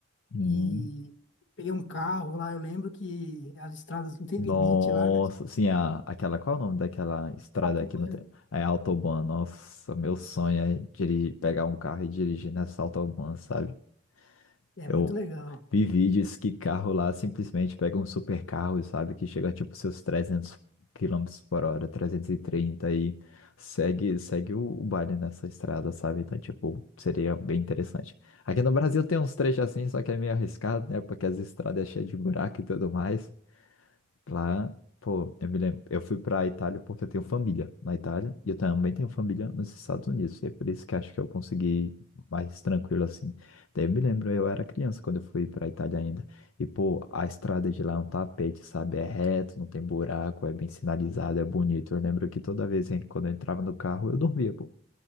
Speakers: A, on the left; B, on the left.
A: Hum.
B: e peguei um carro lá. Eu lembro que as estradas não têm limite
A: Nossa,
B: lá, né?
A: sim, a, aquela, qual é o nome daquela estrada
B: Autobahn.
A: aqui no tempo? É Autobahn, nossa, meu sonho é dirigir, pegar um carro e dirigir nessa Autobahn, sabe?
B: É
A: Eu
B: muito legal.
A: vi vídeos que carro lá simplesmente pega um super carro, sabe? Que chega tipo seus trezentos quilômetros por hora, 330 e trinta e segue, segue o, o baile nessa estrada, sabe? Então, tipo, seria bem interessante. Aqui no Brasil tem uns trechos assim, só que é meio arriscado, né? Porque as estradas é cheias de buraco e tudo mais. Lá, pô, eu me lembro, eu fui pra Itália porque eu tenho família na Itália e eu também tenho família nos Estados Unidos. E é por isso que acho que eu consegui mais tranquilo assim. Daí eu me lembro, eu era criança quando eu fui pra Itália ainda. E, pô, a estrada de lá é um tapete, sabe? É reto, não tem buraco, é bem sinalizado, é bonito. Eu lembro que toda vez, hein, quando eu entrava no carro, eu dormia, pô,